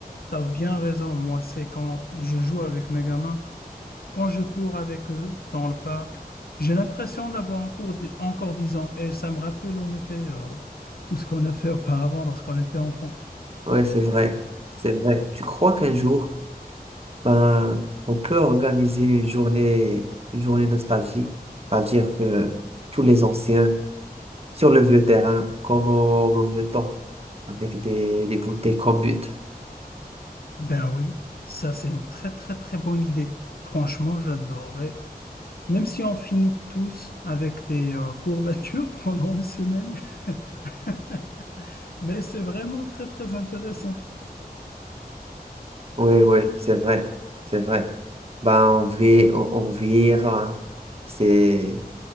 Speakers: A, on the left (about 70°); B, on the right (about 40°).
A: T'as bien raison, moi, c'est quand je joue avec mes gamins, quand je cours avec eux dans le parc, j'ai l'impression d'avoir encore, dix- encore 10 ans et ça me rappelle en effet, euh, tout ce qu'on a fait auparavant lorsqu'on était enfant.
B: Ouais, c'est vrai. C'est vrai. Tu crois qu'un jour, ben, on peut organiser une journée, une journée nostalgique, c'est-à-dire que tous les anciens sur le vieux terrain, comme au, au vieux temps, avec des, des bouteilles comme but.
A: Ben oui, ça c'est une très très très bonne idée. Franchement, j'adorerais. Même si on finit tous avec des euh, courbatures <laughs> pendant une semaine, <laughs> mais c'est vraiment très très intéressant.
B: Oui, oui, c'est vrai. C'est vrai. Ben, on vit, on, on vieillira, hein. C'est,